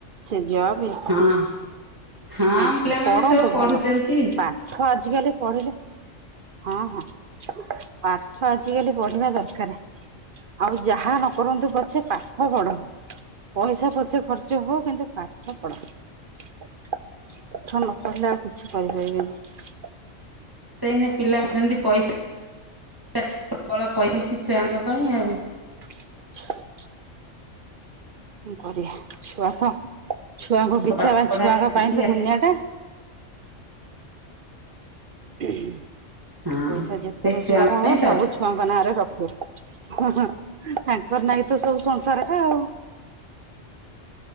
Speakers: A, on the right; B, on the right.
A: ସେ ଜବ
B: ହଁ। ହଁ
A: ହୁଁ
B: ପିଲାମାନେ
A: ପଢନ୍ତୁ
B: ସବୁ
A: ଭଲ
B: ପଢୁଛନ୍ତି
A: ପାଠ ଆଜିକାଲି ପଢିଲେ ହଁ ହଁ ପାଠ ଆଜିକାଲି ପଢିବା ଦରକାର ଆଉ ଯାହା ନକନ୍ତୁ ପଛେ ପା ପାଠ ପଢ ପଇସା ପଛେ ଖର୍ଚ୍ଚ ହଉ କିନ୍ତୁ ପାଠ ପଢ ନ କହିଲେ ଆଉ କିଛି କହିପାରିବେନି
B: ନ ପିଲା ଅଛନ୍ତି ପଇସା ପଇସା ଛୁଆ ତାଙ୍କ ପାଇଁ ଆଉ
A: <inaudible> କଣ କରିବା ଛୁଆ ତ ଛୁଆଙ୍କ ପିଛା
B: ପାଠ
A: ପାଇଁ
B: ପଢା
A: ଛୁଆଙ୍କ
B: ଚାଲିଛି
A: ପାଇଁ ତ
B: ଆଉ
A: ଦୁନିଆ ଟା ପଇସା
B: ହଁ
A: ଯେତେ
B: ସେଇ
A: ରୋଜଗାର
B: ଛୁଆଙ୍କ
A: ହବ
B: ପାଇଁ
A: ସବୁ ଛୁଆଙ୍କ ନାଁରେ ରଖୁ ତାଙ୍କର ନାଇଁ ତ ସବୁ ସଂସାର ଟା ଆଉ